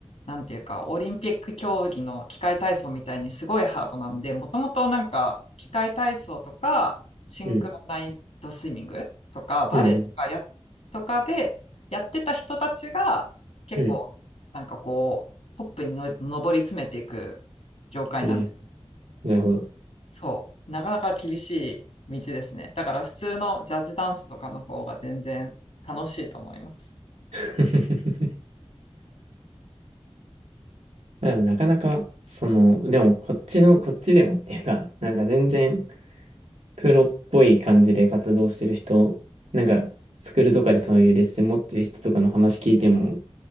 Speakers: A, on the left; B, on the right.
A: なんていうか、オリンピック競技の器械体操みたいにすごいハードなんで、もともとなんか、器械体操とか、シンクロナイトスイミングとか、
B: うん
A: バレエとかや、
B: うん
A: とかで、やってた人たちが、結構、
B: うん。
A: なんかこう、トップにの上り詰めていく業界なんです
B: うんなるほど。
A: そう、なかなか厳しい道ですね。だから普通のジャズダンスとかの方が全然楽しいと思います。
B: <laughs> まあでもなかなか、その、でもこっちの、こっちでもっていうか、なんか全然プロっぽい感じで活動してる人、なんか、スクールとかでそういうレッスン持ってる人とかの話聞いても、